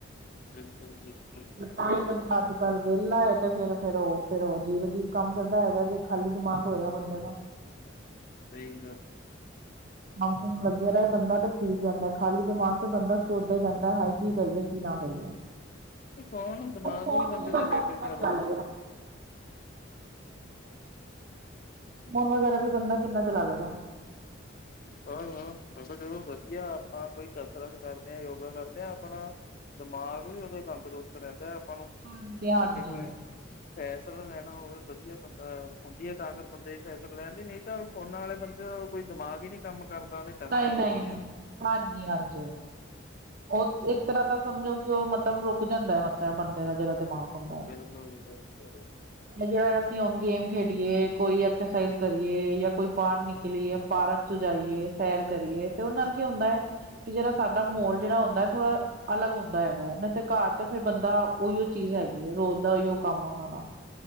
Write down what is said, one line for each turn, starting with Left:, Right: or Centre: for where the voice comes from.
Left: ਬਿਲਕੁਲ ਬਿਲਕੁਲ
Right: ਤੇ ਤਾਂ ਈ ਬੰਦਾ ਅੱਜ ਕੱਲ ਵਿਹਲਾ ਐ ਤੇ ਫੇਰ ਫੇਰ ਉਹ ਫੇਿਰ ਉਹ ਅਜੀਬ ਅਜੀਬ ਕੰਮ ਕਰਦਾ ਹੈਗਾ ਜੇ ਖਾਲੀ ਦਿਮਾਗ ਹੋਏਗਾ ਬੰਦੇ ਦਾ
Left: ਸਹੀ ਗੱਲ ਆ
Right: ਕੰਮ ਕੁੁਮ ਲੱਗਿਆ ਰ ਬੰਦਾ ਤਾਂ ਠੀਕ ਰਹਿੰਦਾ ਐ ਖਾਲੀ ਦਿਮਾਗ ਚ ਬੰਦਾ ਸੋਚਦਾ ਰਹਿੰਦਾ ਐ ਹਏ ਕੀ ਕਰੀਏ ਕੀ ਨਾ ਕਰੀਏ
Left: ਕੌਣ ਦਿਮਾਗ
Right: ਉਹ ਫੋਨ
Left: ਬੰਦੇ
Right: ਵੀ ਬੰਦਾ
Left: ਡੇਟੇ
Right: ਖੁਦ
Left: ਕਰ
Right: ਦਾ ਚਲਾ
Left: ਲੈਂਦਾ
Right: ਲੇਦਾ ਫੋਨ ਵਗੈਰਾ ਵੀ ਬੰਦਾ ਕਿੰਨਾ ਚਲਾ ਲਏਗਾ ਆ
Left: ਅਹਾ ਅਹਾ ਸਗੋ ਚਲੋ ਵਧੀਆ ਆਪਾ ਕੋਈ ਕਸਰਤ ਕਰਦੇ ਯੋਗਾ ਕਰਦੇ ਹਾਂ ਆਪਣਾ ਦਿਮਾਗ ਵੀ ਉਹਦਾ ਤੰਦਰੁਸਤ ਰਹਿੰਦਾ ਹੈ ਆਪਾਂ ਨੂੰ
Right: ਹਾਂਜੀ-ਹਾਂਜੀ
Left: ਅੱਗੇ ਕੋਈ ਫੈਸਲਾ ਲੈਣਾ ਹੋਵੇ ਵਧੀਆ ਬੰਦਾ ਹੁੰਦੀ ਹੈ ਤਾਕਤ ਬੰਦੇ ਦੀ ਫੈਸਲਾ ਲੈਣ ਦੀ ਨਹੀਂ ਤਾਂ ਉਹਨਾਂ ਵਾਲੇ ਬੰਦੇ ਦਾ ਕੋਈ ਦਿਮਾਗ ਹੀ ਨੀ ਕੰਮ ਕਰਦਾ ਉਹਨੇ ਕਰਨਾ
Right: ਨਹੀਂ ਨਹੀਂ
Left: ਕੀ ਹੈ
Right: ਹਾਂਜੀ ਹਾਂਜੀ ਉਹ ਇੱਕ ਤਰ੍ਹਾਂ ਦਾ ਸਮਝੋ ਕਿ ਉਹ ਮਤਲਬ ਰੁਕ ਜਾਂਦਾ ਹੈ ਮਤਲਬ ਬੰਦੇ ਦਾ ਜਿਹੜਾ ਦਿਮਾਗ ਹੁੰਦਾ ਹੈ।
Left: ਬਿਲਕੁਲ ਜੀ ਬਿਲਕੁਲ
Right: ਜਿਹੜਾ ਅਸੀਂ ਹੁਣ ਗੇਮ ਖੇਡੀਏ ਕੋਈ ਐਕਸਰਸਾਈਜ਼ ਕਰੀਏ ਜਾਂ ਕੋਈ ਬਾਹਰ ਨਿਕਲੀਏ ਪਾਰਕ ਚ ਜਾਈਏ ਸੈਰ ਕਰੀਏ ਤੇ ਉਹ ਨਾਲ ਕੀ ਹੁੰਦਾ ਹੈ ਕੀ ਜਿਹੜਾ ਸਾਡਾ ਮਾਹੌਲ ਜਿਹੜਾ ਹੁੰਦਾ ਥੋੜਾ ਅਲੱਗ ਹੁੰਦਾ ਹੈਗਾ ਨਾ ਘਰ ਤੇ ਫਿਰ ਬੰਦਾ ਉਹੀਓ ਚੀਜ਼ ਹੈਗੀ ਹੈ ਰੋਜ਼ ਦਾ ਉਹੀ ਕੰਮ ਉਹਨਾਂ ਦਾ